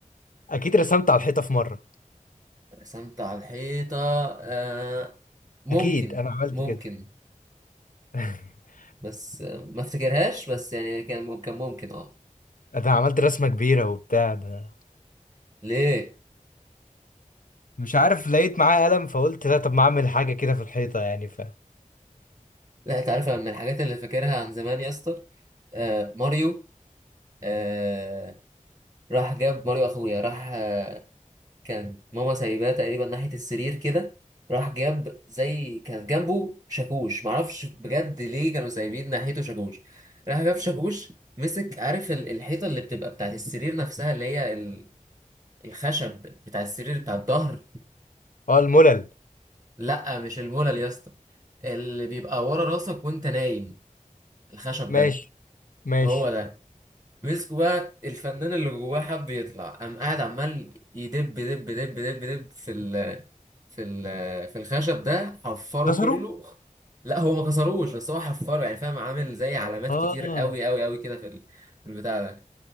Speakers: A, on the left; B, on the right.
A: اكيد رسمت على الحيطة في مرة
B: رسمت على الحيطه آه، ممكن
A: اكيد انا عملت
B: ممكن
A: كده <laughs>
B: بس آه، ما افتكرهاش بس يعني كان كان ممكن اه
A: انا عملت رسمة كبيرة وبتاع ده
B: ليه
A: مش عارف لقيت معايا قلم فقلت لا طب ما اعمل حاجة كده في الحيطة يعني <laughs>
B: لا تعرف من الحاجات اللي فاكرها عن زمان يا اسطى آه، ماريو آه، راح جاب ماريو اخويا راح آه، كان ماما سايباه تقريبا ناحية السرير كده راح جاب زي كان جنبه شاكوش معرفش بجد ليه كانوا سايبين ناحيته شاكوش راح جاب شاكوش مسك عارف ال- الحيطة اللي بتبقى بتاعت السرير نفسها اللي هي ال- الخشب بتاع السرير بتاع الظهر
A: اه الملل
B: لا مش المولل يا اسطى اللي بيبقى ورا راسك وانت نايم الخشب
A: ماشي
B: ده
A: ماشي
B: هو ده مسكوا بقى الفنان اللي جواه حب يطلع قام قاعد عمال يدب دب دب دب دب في ال في ال في الخشب ده حفره
A: كسروا
B: كله لا هو ما كسروش بس هو حفره يعني فاهم عامل زي علامات
A: اه
B: كتير قوي قوي قوي كده في ال- في البتاع ده